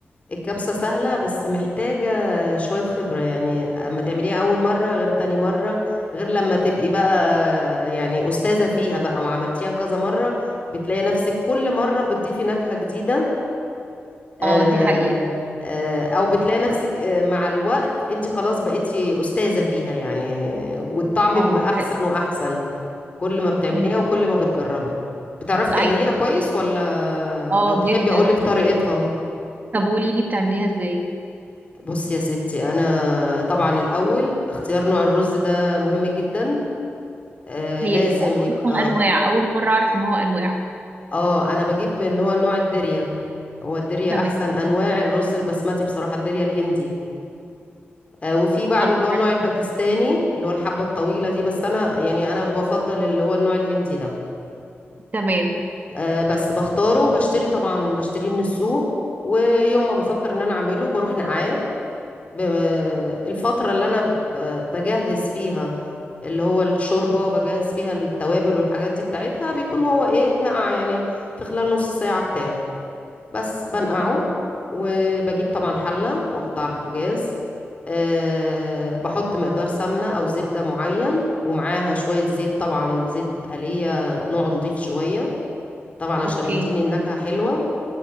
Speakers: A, on the left; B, on the right.
A: الكبسة سهلة بس محتاجة شوية خبرة يعني اما تعمليها اول مرة غير تاني مرة غير لما تبقي بقى يعني استاذة فيها بقى وعملتيها كذا مرة بتلاقي نفسك كل مرة بتضيفي نكهة جديدة آه
B: اه دي حقيقة
A: آه او بتلاقي نفسك آه، مع الوقت انت خلاص بقيتي استاذة فيها يعني والطعم بيبقى
B: اه دي
A: احسن
B: حقيقة
A: واحسن كل ما بتعمليها
B: أمم،
A: وكل ما بتجربي بتعرفي تعمليها
B: عي- دي
A: كويس
B: حقيقة
A: ولا
B: اه
A: لو تحبي
B: جدا
A: اقولك طريقتها
B: طب قولي لي بتعمليها ازاي
A: بصي يا ستي انا طبعا الاول اختيار نوع الرز ده مهم جدا آه
B: هي
A: لازم
B: ال- أصلا
A: يبقى
B: أنواع أول مرة أعرف إن هو أنواع
A: اه انا بجيب اللي هو نوع الدريا هو الدريا
B: تمام
A: احسن انواع الرز البسمتي بصراحة الدريا الهندي آه وفي بعده
B: خلاص
A: اللي هو النوع
B: عرفت
A: الباكستاني اللي هو الحبة الطويلة دي بس انا يعني انا بفضل اللي هو النوع الهندي ده
B: تمام
A: آه، بس بختاره بشتري طبعا بشتريه من السوق ويوم ما بفكر ان انا اعمله بروح نقعاه ب- الفترة اللي انا ب- بجهز فيها اللي هو الشوربة بجهز فيها التوابل والحاجات دي بتاعتها بيكون هو ايه اتنقع يعني في خلال نص ساعة بتاع بس بنقعه
B: تمام
A: وبجيب طبعا حلة واحطها على البوتاجاز أه بحط مقدار سمنة أو زبدة معين ومعاها شوية زيت طبعا زيت آلية نوع نضيف شوية طبعا عشان
B: أوكي
A: يديني النكهة حلوة